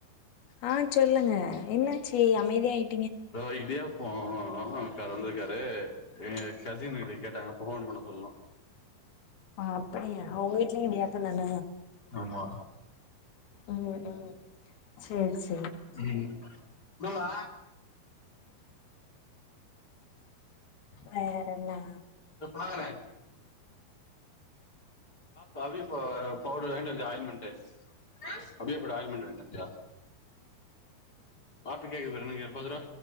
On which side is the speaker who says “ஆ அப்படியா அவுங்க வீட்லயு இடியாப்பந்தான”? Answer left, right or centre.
Left